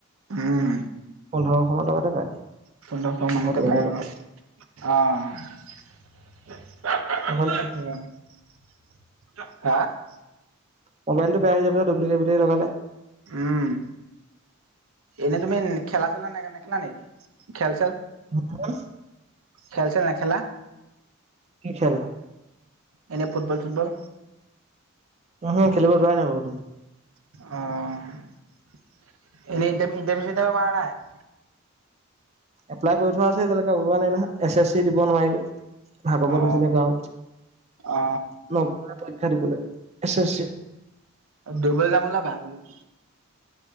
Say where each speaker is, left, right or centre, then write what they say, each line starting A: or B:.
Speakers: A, on the right; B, on the right.
A: উম
B: পোন্ধৰশ মান টকাতে পায়।
A: পোন্ধৰশ
B: দুহেজাৰ
A: মানতে
B: টকাত
A: পায়, অ'। অ',
B: মোবাইল
A: সেইয়া। হা?
B: মোবলটো বেয়া হৈ যাব যে, ডু্বলিকেট বেটেৰী লগালে।
A: উম, এনেই তুমি খেলা-চেলা নেখেলা নেকি, খেল, চেল?
B: হুম?
A: খেল, ছেল নেখেলা?
B: কি খেল?
A: এনেই ফুটবল, চুটবল।
B: উহম খেলিব যোৱাই নাই বহুত দিন।
A: অ', এনে ইণ্টাৰভিউ, চিন্তাটাৰভিও মাৰা নাই?
B: এপ্লাই কৰি থোৱা আছে, এতিয়ালৈকে, ওলোৱা নাই নহয়, এছ এছ চি দিব নোৱাৰিলোঁ, ভাগৱত
A: অ
B: আছিলে গাঁৱত।
A: অ
B: নগলোয়ে পৰীক্ষা দিবলৈ, এছ এছ ছি।
A: দৰিবলৈ যাম, ওলাবা বোলো।